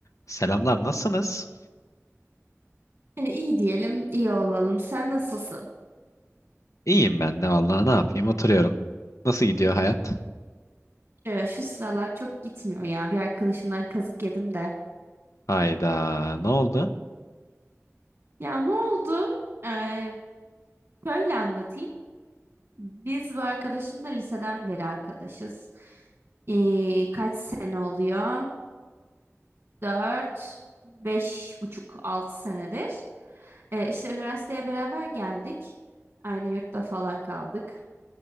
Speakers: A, on the left; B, on the right.
A: Selamlar, nasılsınız?
B: Yani iyi diyelim, iyi olalım. Sen nasılsın?
A: İyiyim ben de vallahi ne yapayım oturuyorum. Nasıl gidiyor hayat?
B: Ee, şu sıralar çok gitmiyor ya. Bir arkadaşımdan kazık yedim de.
A: Hayda, ne oldu?
B: Ya ne oldu? Ee, böyle anlatayım. Biz bu arkadaşımla liseden beri arkadaşız. Ee, kaç sene oluyor? Dört, beş buçuk, altı senedir. Ee, işte üniversiteye beraber geldik. Aynı yurtta falan kaldık.